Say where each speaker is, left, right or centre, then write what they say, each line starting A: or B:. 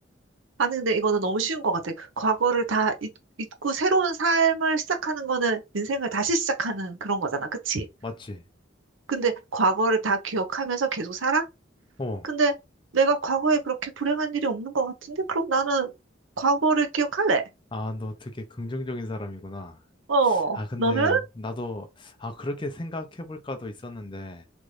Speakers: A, on the right (about 85°); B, on the left (about 25°).
A: 아니, 근데 이거는 너무 쉬운 것 같아. 과거를 다 잊, 잊고 새로운 삶을 시작하는 거는 인생을 다시 시작하는 그런 거잖아. 그치?
B: 맞지?
A: 근데 과거를 다 기억하면서 계속 살아?
B: 어.
A: 근데 내가 과거에 그렇게 불행한 일이 없는 것 같은데? 그럼 나는 과거를 기억할래.
B: 아, 너 되게 긍정적인 사람이구나.
A: 어,
B: 아, 근데
A: 너는?
B: 나도, 아, 그렇게 생각해볼까도 있었는데,